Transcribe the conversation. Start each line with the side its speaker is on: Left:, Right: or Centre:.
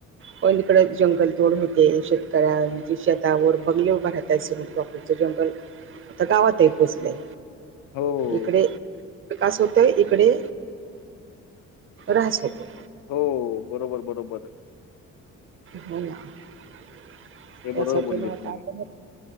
Right: प इकड जंगल तोड होते शेतकऱ्यांचे शेतावर बंगले उभ राहत सोबत वापर जंगल आता गावात आहे पोचले
Left: हो,
Right: इकडे विकास होतोय इकडे राास होतो
Left: हो बरोबर बरोबर आहे
Right: हो यासाठी
Left: हे बरोबर बोलले
Right: मत
Left: तुम्ही.
Right: आपण